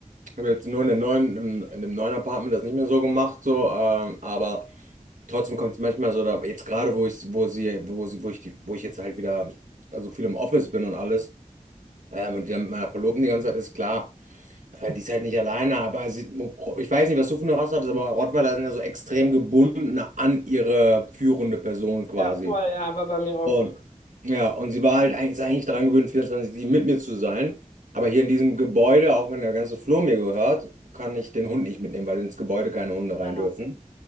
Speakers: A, on the right; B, on the left.
A: haben jetzt nur in der neuen, im, in dem neuen Apartment das nicht mehr so gemacht, so, ähm, aber. Trotzdem kommt es manchmal so, da, jetzt gerade, wo ich, wo sie, wo sie, wo ich die, wo ich jetzt halt wieder so viel im Office bin und alles, ähm, und die dann mit meiner Verlobten die ganze Zeit ist, klar, äh, die ist halt nicht alleine, aber sie, ich weiß nicht, was du für eine Rasse hattest, aber Rottweiler sind ja so extrem gebunden an ihre führende Person quasi.
B: Ja, voll, ja, war bei mir auch
A: Und
B: so.
A: ja, und sie war halt eigentlich, ist eigentlich daran gewöhnt, vierundzwanzig 7 mit mir zu sein. Aber hier in diesem Gebäude, auch wenn der ganze Flur mir gehört, kann ich den Hund nicht mitnehmen, weil ins Gebäude keine Hunde rein
B: Ja.
A: dürfen.